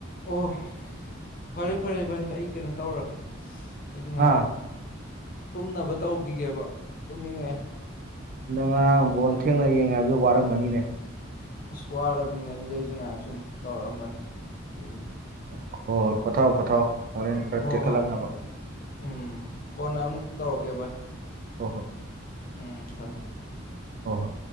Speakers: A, on the left; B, on the right.
A: ꯑꯣ ꯐꯔꯦ ꯐꯔꯦ ꯚꯥꯏ ꯑꯩ ꯀꯩꯅꯣ ꯇꯧꯔꯒꯦ ꯑꯩꯖꯨꯝꯥ
B: ꯍꯥ
A: ꯇꯨꯝꯅꯕ ꯇꯧꯈꯤꯒꯦꯕ ꯇꯨꯝꯅꯤꯡꯉꯑꯦ
B: ꯅꯪ ꯉꯔꯥꯡꯕꯣꯟꯅ ꯊꯦꯡꯅꯩ ꯌꯦꯡꯉꯦ ꯍꯥꯏꯕꯗꯣ ꯋꯥꯔꯝꯃꯅꯤꯅꯦ
A: ꯑꯁ ꯋꯥꯔꯕꯅꯤꯅꯦ ꯑꯗꯨꯗꯩꯁꯨ ꯉꯥꯏꯍꯥꯛ ꯁꯨꯝ ꯇꯧꯔꯛꯑꯝꯕꯅꯦ ꯑꯗꯨꯒꯤ
B: ꯑꯣ ꯍꯣ ꯍꯣꯏ ꯄꯊꯥꯥꯎ ꯄꯊꯥꯥꯎ ꯃꯣꯔꯦꯟꯅ ꯈꯔ
A: ꯍꯣꯏ
B: ꯇꯦꯛꯈꯠꯂꯛꯅꯕ
A: ꯍꯣꯏ ꯎꯝ ꯀꯣꯟꯅ ꯑꯃꯨꯛ ꯇꯧꯔꯛꯀꯦ ꯚꯥꯏ
B: ꯍꯣꯏ ꯍꯣꯏ
A: ꯎꯝ ꯊꯝꯃꯦ
B: ꯍꯣꯏ ꯍꯣꯏ